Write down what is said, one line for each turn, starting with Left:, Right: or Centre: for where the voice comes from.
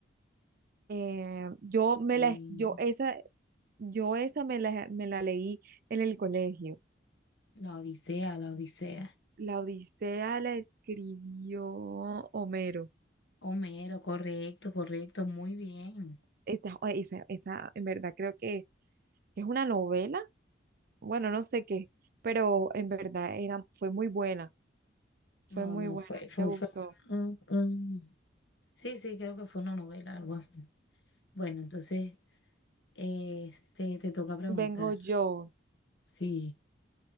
Right: Eh, yo me
Left: Bien.
Right: la, yo esa, yo esa me la, me la leí en el colegio.
Left: La Odisea, la Odisea.
Right: La Odisea la escribió Homero.
Left: Homero, correcto, correcto. Muy bien.
Right: Esa, o- esa, esa, en verdad creo que que es una novela. Bueno, no sé qué, pero en verdad era, fue muy buena. Fue
Left: No,
Right: muy
Left: no,
Right: buena,
Left: fue,
Right: a mí
Left: fue,
Right: me gustó.
Left: fue un, un- Sí, sí, creo que fue una novela, algo así. Bueno, entonces, este, te toca preguntar.
Right: Vengo yo.
Left: Sí,